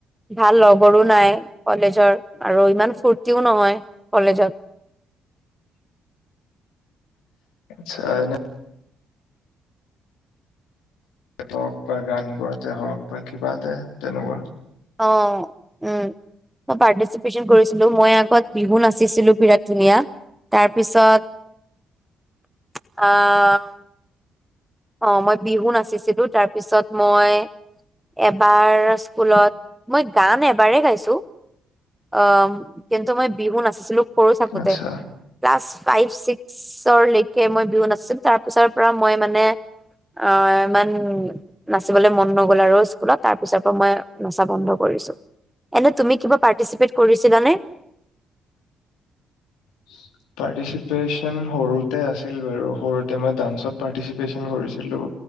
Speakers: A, in the centre; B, on the left (about 70°).
A: ভাল লগৰো নাই কলেজৰ আৰু ইমান ফূৰ্তিও নহয় কলেজত।
B: চাইনা টোক বা গান গোৱাতে হওঁক বা কিবাতে হওঁক তেনেকুৱা।
A: অঁ উমঁ। মই বাদদে পাৰ্টিচিপেশ্বন কৰিছিলোঁ মই আগত বিহু নাচিছিলোঁ বিৰাট ধুনীয়া। তাৰপিছত আ আ অঁ মই বিহু নাচিছিলোঁ তাৰপিছত মই-‌‍‌- এবাৰ স্কুলত মই গান এবাৰে গাইছোঁ। অঁ কিন্তু মই বিহু নাচিছিলোঁ সৰু থাকোঁতে।
B: আচ্ছা
A: ক্লাছ ফাইভ ছিক্সৰলৈকে মই বিহু নাচিছিলোঁ তাৰপিছৰ পৰা মই মানে অঁ ইমান নাচিবলৈ মন নগ'ল আৰু স্কুলত তাৰ পিছৰ পৰা মই নাচা বন্ধ কৰিছোঁ। এনে তুমি কিবা পাৰ্টিচিপেট কৰিছিলা নে?
B: চূচচ পাৰ্টিচিপেশ্বন সৰুতে আছিল বাৰু সৰুতে মই ডান্সত পাৰ্টিচিপেশ্বন কৰিছিলোঁ।